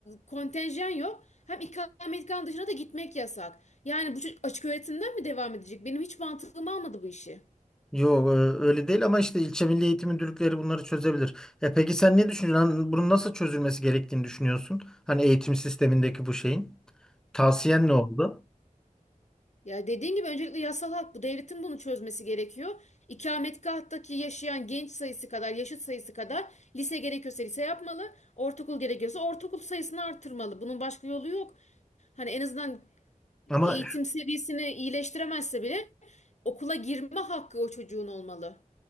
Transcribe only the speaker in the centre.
Yok e, öyle değil ama işte ilçe milli eğitim müdürlükleri bunları çözebilir. E peki sen ne düşünüyorsun? Hani bunun nasıl çözülmesi gerektiğini düşünüyorsun? Hani eğitim sistemindeki bu şeyin. Tavsiyen ne oldu?
Ama